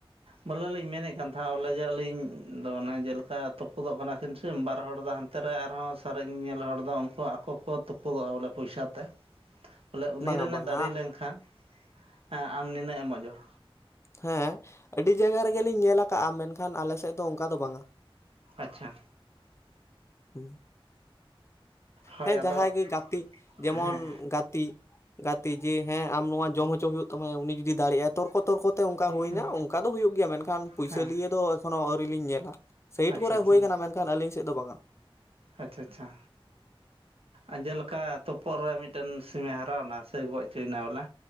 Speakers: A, on the right (about 80°); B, on the left (about 30°).
A: ᱵᱚᱞᱮ ᱞᱤᱧ ᱢᱮᱱᱮᱫ ᱠᱟᱱ ᱛᱟᱦᱮᱸ ᱵᱚᱞᱮ ᱡᱮ ᱟᱞᱤᱧ ᱫᱚ ᱚᱱᱮ ᱡᱮᱞᱮᱠᱟ ᱛᱩᱯᱩᱫᱚᱜ ᱠᱟᱱᱟ ᱠᱤᱱ ᱥᱮ ᱵᱟᱨ ᱦᱚᱲ ᱫᱚ ᱦᱟᱱ ᱛᱮ ᱨᱮ ᱟᱨᱦᱚ ᱥᱟᱨᱮᱡ ᱧᱮᱞ ᱦᱚᱲ ᱫᱚ ᱩᱱᱠᱩ ᱟᱠᱚ ᱠᱚ ᱛᱩᱯᱩᱫᱚᱜᱼᱟ ᱵᱚᱞᱮ ᱯᱚᱭᱥᱟ ᱛᱮ᱾ ᱵᱚᱞᱮ ᱩᱱᱤ
B: ᱵᱟᱝᱟ
A: ᱨᱮᱱᱮ
B: ᱵᱟᱝᱟ
A: ᱫᱟᱲᱮ ᱞᱮᱱᱠᱷᱟᱱ, ᱦᱮᱸ ᱟᱢ ᱱᱤᱱᱟᱹᱜ ᱮᱢᱚᱜ <inaudible>
B: ᱦᱮ ᱟᱹᱰᱤ ᱡᱟᱭᱜᱟ ᱨᱮᱜᱮᱞᱤᱧ ᱧᱮᱞ ᱠᱟᱜᱼᱟ ᱢᱮᱱᱠᱷᱟᱱ ᱟᱞᱮ ᱥᱮᱫ ᱫᱚ ᱚᱱᱠᱟ ᱫᱚ ᱵᱟᱝᱟ᱾
A: ᱟᱪᱪᱷᱟ᱾
B: ᱦᱩᱸ᱾
A: ᱦᱳᱭ
B: ᱦᱮᱸ
A: ᱟᱫᱚ
B: ᱡᱟᱦᱟᱸᱭ ᱜᱮ ᱜᱟᱛᱤ ᱡᱮᱢᱚᱱ
A: ᱦᱮᱸ
B: ᱜᱟᱛᱤ᱾ ᱜᱟᱛᱤ ᱡᱮ ᱦᱮᱸ ᱟᱢ ᱱᱚᱣᱟ ᱡᱚᱢ ᱦᱚᱪᱚ ᱦᱩᱭᱩᱜ ᱛᱟᱢᱟ ᱭᱟ ᱩᱱᱤ ᱡᱩᱫᱤ ᱫᱟᱲᱮᱜ ᱟᱭ ᱛᱚᱨᱠᱚ ᱛᱚᱨᱠᱚ ᱛᱮ ᱚᱱᱠᱟ ᱦᱩᱭᱱᱟ
A: ᱦᱮᱸ
B: ᱚᱱᱠᱟ ᱫᱚ ᱦᱩᱭᱩᱜ ᱜᱮᱭᱟ ᱢᱮᱱᱠᱷᱟᱱ
A: ᱟᱪᱪᱷᱟ
B: ᱯᱩᱭᱥᱟᱹ ᱞᱤᱭᱟᱹ ᱫᱚ ᱮᱠᱷᱚᱱᱳ ᱟᱹᱣᱨᱤ ᱞᱤᱧ ᱧᱮᱞᱟ᱾ ᱥᱮᱟᱭᱤᱴ
A: ᱟᱪᱪᱷᱟ
B: ᱠᱚᱨᱮᱜ ᱦᱩᱭ ᱟᱠᱟᱱᱟ ᱢᱮᱱᱠᱷᱟᱱ ᱟᱞᱤᱧ ᱥᱮᱫ ᱫᱚ ᱵᱟᱝᱟ᱾
A: ᱟᱪᱪᱷᱟ ᱟᱪᱪᱷᱟ᱾ ᱮᱸ ᱡᱮᱞᱮᱠᱟ ᱛᱳᱯᱳᱫ ᱨᱮ ᱢᱤᱫᱴᱮᱱ ᱥᱤᱢ-ᱮ ᱦᱟᱨᱟᱣ ᱮᱱᱟ ᱥᱮ ᱜᱚᱡ ᱚᱪᱚᱭᱮᱱᱟ ᱵᱚᱞᱮ,